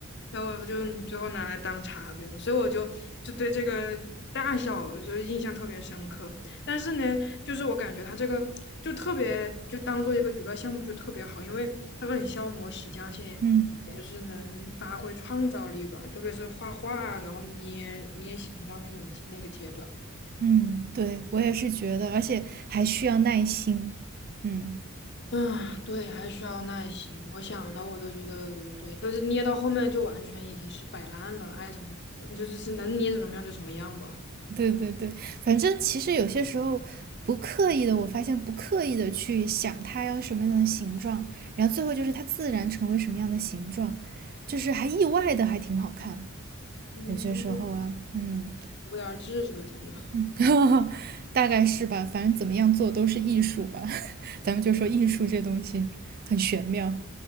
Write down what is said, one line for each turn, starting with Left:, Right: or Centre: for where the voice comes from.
Left: 然后我就嗯最后拿来当茶杯了，所以我就就对这个大小就是印象特别深刻。但是呢，就是我感觉它这个就特别就当做一个娱乐项目就特别好，因为它很消磨时间，而且也就是能发挥创造力吧，
Right: 嗯
Left: 特别是画画啊，然后捏捏形状那种那个阶段。
Right: 嗯，对我也是觉得，而且还需要耐心。嗯，
Left: 嗯，对，还需要耐心。我想到我都觉得，对，都是捏到后面就完全已经是摆烂了，爱怎么怎么，就是是能捏成什么样就什么样吧。
Right: 对对对，反正其实有些时候不刻意的，我发现不刻意的去想它要什么样的形状，然后最后就是它自然成为什么样的形状，就是还意外的还挺好看。
Left: 嗯。
Right: 有些时候啊，嗯
Left: 无聊至是吧？讲究。<laughs>
Right: 嗯，<laughs> 大概是吧，反正怎么样做都是艺术吧，<laughs> 咱们就说艺术这东西很玄妙。